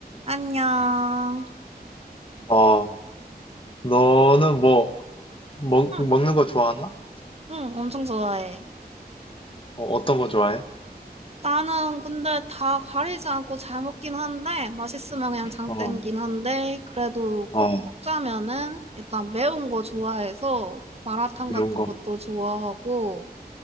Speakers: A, on the right; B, on the left.
A: 안녕.
B: 어, 너는 뭐, 먹,
A: 응,
B: 먹는 거 좋아하나?
A: 응, 엄청 좋아해.
B: 어, 떤거 좋아해?
A: 나는 근데 다 가리지 않고 잘 먹긴 한데, 맛있으면 그냥 장
B: 어,
A: 땡긴 한데, 그래도
B: 어,
A: 꼭 꼽자면은, 일단 매운 거 좋아해서, 마라탕
B: 매운
A: 같은
B: 거.
A: 것도 좋아하고,